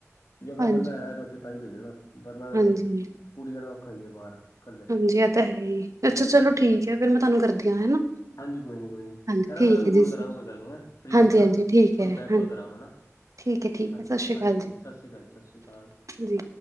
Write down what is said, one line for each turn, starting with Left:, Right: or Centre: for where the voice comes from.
Left: ਜੇ ਆਪਣਾ
Right: ਹਾਂਜੀ
Left: ਬੰਦਾ ਹੈ ਤੇ ਉੱਥੇ ਤਾਂ ਹੀ ਭੇਜਗਾ। ਬਰਨਾ
Right: ਹਾਂਜੀ
Left: ਕੁੜੀਆਂ ਦਾ ਔਖਾ ਹੀ ਹੈ ਬਾਹਰ। ਕੱਲੇ
Right: ਹਾਂਜੀ, ਇਹ ਤਾਂ ਹੈ ਹੀ
Left: ਹਮ
Right: ਅੱਛਾ ਚਲੋ ਠੀਕ ਹੈ ਫੇਰ ਮੈਂ ਤੁਹਾਨੂੰ ਕਰਦੀ ਹਾਂ ਹਨਾ।
Left: ਹਾਂਜੀ, ਕੋਈ ਨੀ ਕੋਈ ਨੀ
Right: ਹਾਂਜੀ
Left: ਕਰਾਂਗਾ
Right: ਠੀਕ
Left: ਮੈਂ ਤੁਹਾਨੂੰ
Right: ਹੈ
Left: ਕੋਲ
Right: ਜੀ
Left: ਕਰਾਂਗਾ। ਕੋਈ ਗੱਲ ਨੀ ਹੈ। ਫਰੀ
Right: ਹਾਂਜੀ
Left: ਹੋ ਕੇ ਨਾ
Right: ਹਾਂਜੀ ਠੀਕ
Left: ਤੁਹਾਨੂੰ
Right: ਹੈ
Left: ਬੈਕ
Right: ਹਾਂਜੀ
Left: ਕੋਲ ਕਰਾਂਗਾ ਮੈਂ ਨਾ।
Right: ਠੀਕ ਹੈ ਠੀਕ
Left: ਹਾਂਜੀ,
Right: ਹੈ ਸਤਿ ਸ਼੍ਰੀ
Left: ਹਾਂਜੀ,
Right: ਅਕਾਲ
Left: ਹਾਂਜੀ।
Right: ਜੀ
Left: ਸਤਿ ਸ਼੍ਰੀ ਅਕਾਲ ਜੀ। ਸਤਿ ਸ਼੍ਰੀ ਅਕਾਲ।
Right: ਜੀ